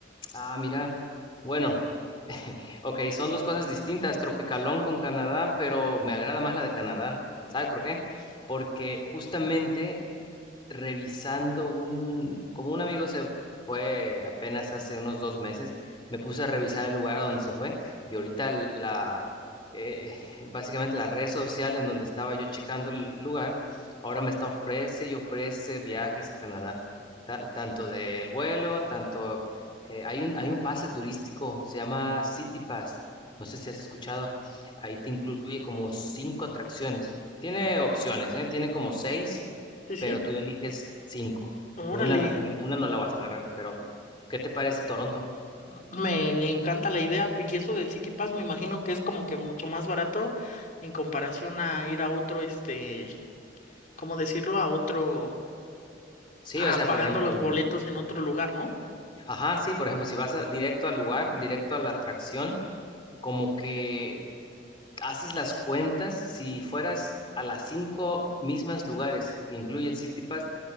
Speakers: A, on the left; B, on the left.
A: Ah, mira. Bueno, <laughs> ok, son dos cosas distintas. Tropicalón con Canadá, pero me agrada más la de Canadá. ¿Sabes por qué? Porque justamente revisando un, como un amigo se fue apenas hace unos dos meses, me puse a revisar el lugar a donde se fue y ahorita la, eh, eh, básicamente la red social en donde estaba yo checando el lugar, ahora me está ofrece y ofrece viajes a Canadá, ta- tanto del vuelo, tanto, eh, hay un, hay un pase turístico, se llama City Pass, no sé si has escuchado, ahí te incluye como cinco atracciones. Tiene opciones, ¿eh? Tiene como seis,
B: Sí, sí.
A: pero tú eliges cinco. Una,
B: Órale,
A: la tiene- una no la vas a agarrar, pero ¿qué te parece Toronto?
B: me encanta la idea y eso del City Pass me imagino que es como que mucho más barato en comparación a ir a otro, este, ¿cómo decirlo? A otro,
A: Sí,
B: a
A: o sea,
B: pagando
A: por ejemplo,
B: los boletos en otro lugar, ¿no?
A: ajá, sí, por ejemplo, si vas a- directo al lugar, directo a la atracción, como que haces las cuentas, si fueras a las cinco mismas lugares que incluye el City Pass,